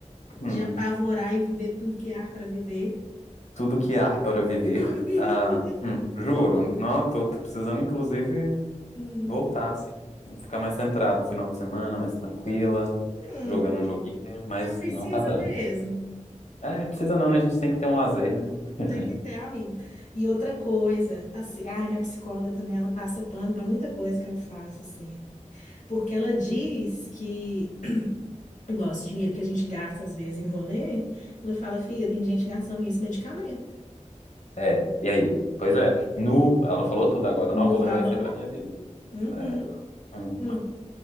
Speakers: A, on the left (about 65°); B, on the left (about 85°).
A: Hum,
B: de apavorar e viver tudo que há para viver.
A: Tudo que há para viver.
B: <laughs>
A: Ah, hum, Juro. Não, tô, tô precisando, inclusive.
B: Hum,
A: Voltar, assim, ficar mais centrado final de semana, mais tranquila,
B: hum,
A: jogando um joguinho, mas
B: mas precisa
A: não tá dando.
B: mesmo.
A: É, precisa não, né? A gente tem que ter um lazer, né? <laughs>
B: Tem que ter, amigo. E outra coisa, assim, ai, minha psicóloga também, ela passa pano para muita coisa que eu faço, assim. Porque ela diz que, <clears throat> igual esse dinheiro que a gente gasta às vezes em rolê, ela fala, filha, tem gente gastando isso em medicamento.
A: É, e aí? Pois é, nu, ela falou tudo agora,
B: Não
A: não vou levar
B: falou?
A: isso aí pra minha vida.
B: Uhum.
A: É, hum,
B: Hum.